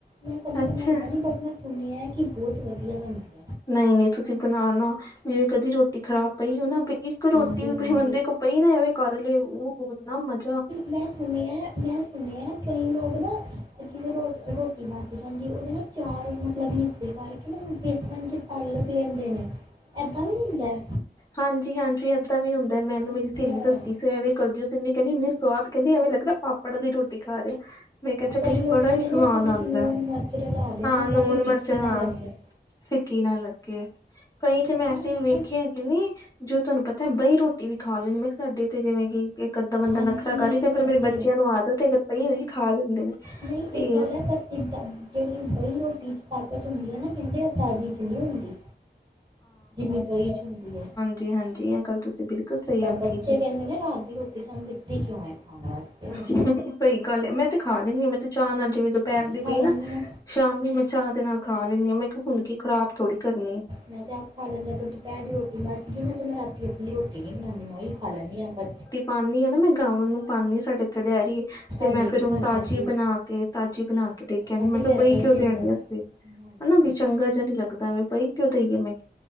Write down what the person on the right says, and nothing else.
''ਮੈਂ ਕਦੀ
ਬਣਾਈਆ ਨੀ ਬਟ ਮੈਂ ਸੁਨਿਆ, ਕਿ ਬਹੁਤ ਵਧੀਆ ਬਨਦੀ।
ਹਾਂਜੀ ਹਾਂਜੀ
ਮੈਂ ਸੁਨਿਆ 'ਮੈਂ' ਸੁਨਿਆ ਕਈ ਲੋਕ ਨਾ, ਜਿਵੇਂ ਰੋਜ਼ ਰੋਟੀ ਬੱਚ ਜਾਂਦੀ ਏ, ਉਹਦੇ ਨਾ ਚਾਰ ਮਤਲਬ ਹਿੱਸੇ ਕਰ ਉਹਨਾ ਨੂੰ, ਬੇਸਣ'ਚ ਤਲ ਬੀ ਲੈਂਦੇ ਨੇ, ਐਦਾਂ ਵੀ ਹੁੰਦਾ?
ਅੱਛਾ
ਹਾਂ
ਕਈ
ਲੋਕ
ਕਹਿੰਦੇ
ਨੇ
ਅਸੀਂ ਉਹਦੇ
'ਚ ਲੂਣ ਮਿਰਚ ਰਲਾ ਦਿੰਦੇ
ਤਾਂ ਕਿ ਫਿੱਕੀ
ਨਾ ਲੱਗੇ।
ਉਹੀ
ਨਾ
ਕਿਹਾ
ਹਾਂਜੀ-ਹਾਂਜੀ
ਨਹੀਂ ਇਹ
ਗੱਲ ਹੈ ਪਰ ਕਿੱਦਾਂ ਜਿਹੜੀ ਬਹੀ ਰੋਟੀ 'ਚ ਤਾਕਤ ਹੁੰਦੀ ਹੈ ਨਾ ਕਹਿੰਦੇ ਹ ਤਾਜ਼ੀ 'ਚ ਨੀ ਹੁੰਦੀ, ਜਿੰਨੀ ਬਈ ਚ ਹੁੰਦੀ ਹੈ
ਪਰ
ਬੱਚੇ
ਕਹਿੰਦੇ ਨੇ ਰਾਤ ਦੀ ਰੋਟੀ ਸਾਨੂੰ ਦਿੱਤੀ ਕਿਉਂ? ਖਾਣ ਵਾਸਤੇ।
ਮੈਂ ਵੀ
ਖਾ
ਲੈਂਦੀ
ਹਾਂ
ਮੈਂ ਤੇ ਆਪ ਖਾ ਲੈਂਣੀ ਹ, ਅਗਰ ਦੁਪਹਿਰ ਦੀ ਰੋਟੀ ਬਚਦੀ ਤਾਂ ਮੈਂ ਰਾਤੀ ਮ ਰੋਟੀ ਨਹੀਂ ਬਉਣੀ, ਮੈਂਹੀ ੳਹੀ ਖਾ ਲੈਂਦੀ ਹਾਂ ਆਪ
ਸਾਡੇ
ਵੀ
ਖਾਂਦੇ
ਹਾਂ ਅਸੀਂ
ਅਸੀਂ
ਵੀ
ਇੱਦਾਂ
ਹੀ
ਦਿੰਦੇ
ਹਾਂ।
ਹਾਂਜੀ